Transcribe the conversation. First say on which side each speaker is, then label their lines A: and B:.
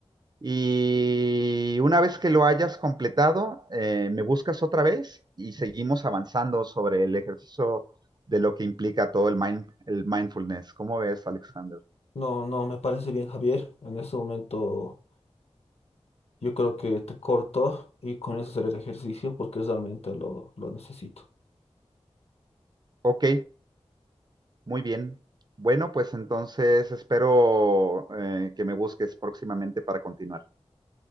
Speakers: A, on the right; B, on the left.
A: Y una vez que lo hayas completado, eh, me buscas otra vez y seguimos avanzando sobre el ejercicio de lo que implica todo el, mind, el mindfulness. ¿Cómo ves, Alexander?
B: No, no, me parece bien, Javier. En este momento yo creo que te corto y con eso será el ejercicio porque realmente lo, lo necesito.
A: Ok, Muy bien. Bueno, pues entonces espero eh, que me busques próximamente para continuar.